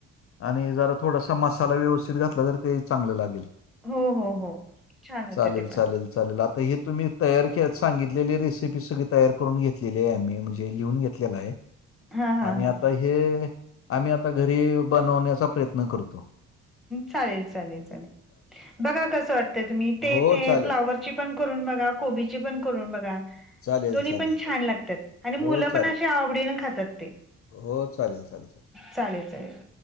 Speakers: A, on the left (about 50°); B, in the centre.
A: आणि जरां थोडांसा मसाला व्यवस्थित घातलां तरं ते चांगलं लागेल
B: हो हो हो छान होते
A: चालेल,
B: ते
A: चालेल,
B: पणं
A: चालेल आंता हे तुम्हीं तयार सांगितलेले रेसिपी संग तयार करूंन घेतलेली आहे आम्हीं म्हणजे ते लिहूंन घेतले आहे
B: हा हा
A: आणि
B: हा
A: आंता हे आम्हीं आंता घरी बनवण्यांचा प्रयंत्न करतो
B: चालेल चालेल चालेल बघां कसं वाटतं तुम्हीं ते
A: हो,
B: ते
A: चालेल.
B: फ्लावरची फ्लावर ची पणं करूंन बघां कोबी ची पणं करूंन बघां
A: चालेल,
B: दोन्ही
A: चालेल,
B: पणं
A: चालेल.
B: छान लागतांत आणि
A: हो,
B: मुलं
A: चालेल.
B: पणं अे आवडीने खातांत ते
A: हो चालेल चालेल चालेल
B: चालेल चालेल